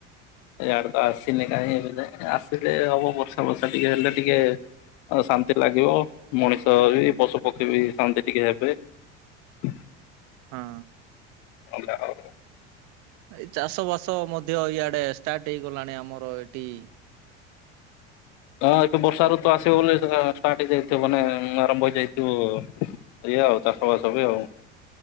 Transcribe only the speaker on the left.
ଇଆଡେ ତ ଆସିନି କାହିଁ ଏବେ ଆସିଲେ ହବ ବର୍ଷା ଫର୍ଷା ଟିକେ ହେଲେ ଟିକେ ଆ ଶାନ୍ତି ଲାଗିବ ମଣିଷ ବି ପଶୁ ପକ୍ଷୀ ବି ଶାନ୍ତି ଟିକେ ହେବେ। <inaudible>
<unintelligible>
ହଁ ଏବେ ବର୍ଷା ଋତୁ ଆସିବ ବୋଲି ଷ୍ଟାର୍ଟ ହେଇଯାଇଥିବ ମାନେ ଆରମ୍ଭ ହେଇଯାଇଥିବ ଏଇ ଆଉ ତା ଖବ ସବ ଆଉ